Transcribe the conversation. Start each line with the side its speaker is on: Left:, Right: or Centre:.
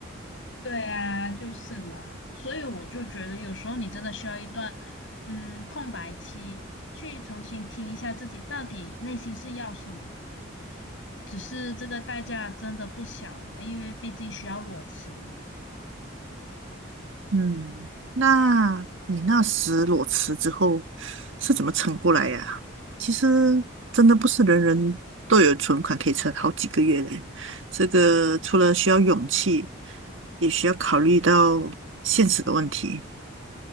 Left: 对啊，就是嘛，所以我就觉得有时候你真的需要一段，嗯，空白期，去重新听一下自己到底内心是要什么。只是这个代价真的不小，因为毕竟需要裸辞嘛。
Right: 嗯，那你那时裸辞之后是怎么撑过来呀、其实真的不是人人都有存款可以撑好几个月嘞，这个除了需要勇气，也需要考虑到现实的问题。